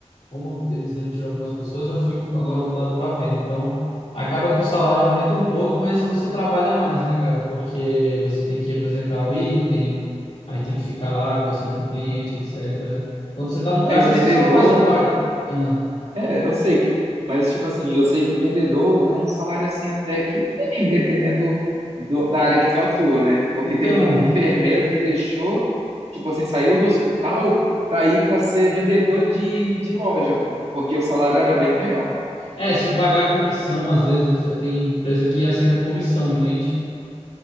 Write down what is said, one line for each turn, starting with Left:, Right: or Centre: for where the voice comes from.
Left: como eles demitiram algumas pessoas, eu fui agora mudado para venda. Então, acaba que o salário aumenta um pouco, mas você trabalha mais, né, cara? Porque você tem que apresentar o item, aí tem que ficar lá conversando com o cliente, etc. Quando você tá no
Right: Mas
Left: caixa,
Right: vendedor,
Left: você só faz a paga. Ah,
Right: É, eu sei que, mas tipo assim, eu sei que vendedor ganha um salário assim até que bem, dependendo do- da área que tu atua, né? Porque
Left: então,
Right: tem muito enfermeiro que deixou, tipo assim, saiu do hospital para ir para ser vendedor de, de loja, pô, porque o salário era bem maior.
Left: é, se pagar a comissão, às vezes você, tem empresa que aceita comissão, entende?